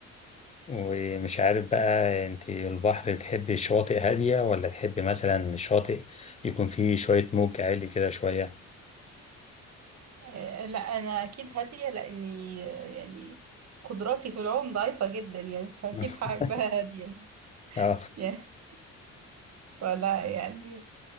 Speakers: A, on the left (about 20°); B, on the right (about 60°).
A: ومش عارف بقى أنت البحر تحبي الشواطئ هادية ولا تحبي مثلا الشاطئ يكون فيه شوية موج عالي كده شوية
B: أه لا أنا أكيد هادية لأني آه، يعني قدراتي في العوم ضعيفة جدا يعني فأكيد
A: <laughs>
B: هحبها هادية
A: اه
B: يعني. <laughs> ولا يعني